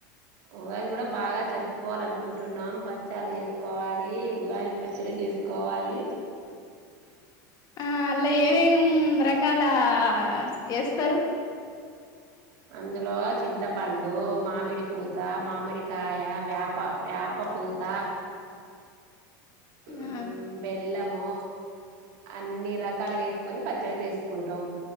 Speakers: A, on the right; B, on the left.
A: ఉగాది కూడా బాగా జరుపుకోవాలీ అనుకుంటున్నాం బచ్చలు చేసుకోవాలి ఉగాది పచ్చడి చేసుకోవాలి
B: ఆ అలే ఏం రాక్ ఇకా అలా వేస్తారు
A: అందులో చింతపండు మామిడి పూత మామిడికాయ వేప వేప పూత ఉమ్
B: ఆ
A: బెల్లము అన్ని రకాలుగా వేస్త్ కొని పచ్చడి చేస్ కుంటాం